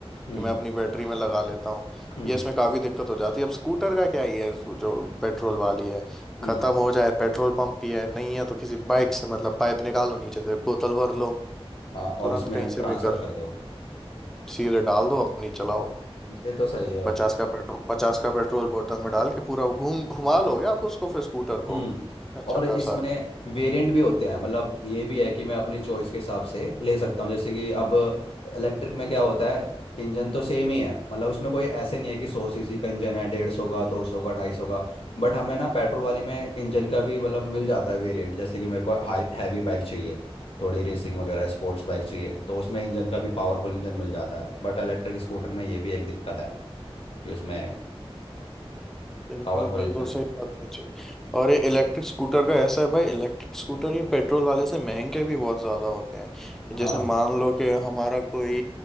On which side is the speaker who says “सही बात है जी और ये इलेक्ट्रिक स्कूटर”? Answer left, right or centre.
Centre